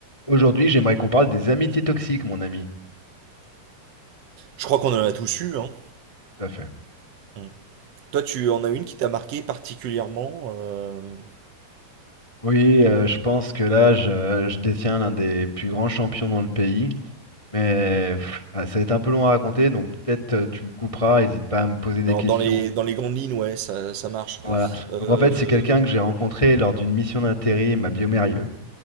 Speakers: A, on the left; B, on the right.
A: Aujourd'hui, j'aimerais qu'on parle des amitiés toxiques, mon ami.
B: Je crois qu'on en a tous eu. Hein.
A: Tout à fait.
B: Mm. Toi, tu en as une qui t'a marqué particulièrement euh,
A: Oui, euh, je pense que là, je, je détiens l'un des plus grands champions dans le pays. Mais
B: mhm.
A: pff, ah, ça va être un peu long à raconter, donc peut-être euh, tu me couperas, n'hésite pas à me poser des
B: Alors,
A: questions.
B: dans les, dans les grandes lignes, ouais, ça, ça marche.
A: Voilà.
B: Euh,
A: Donc en fait, c'est quelqu'un que j'ai rencontré lors d'une mission d'intérim à Biomérieux.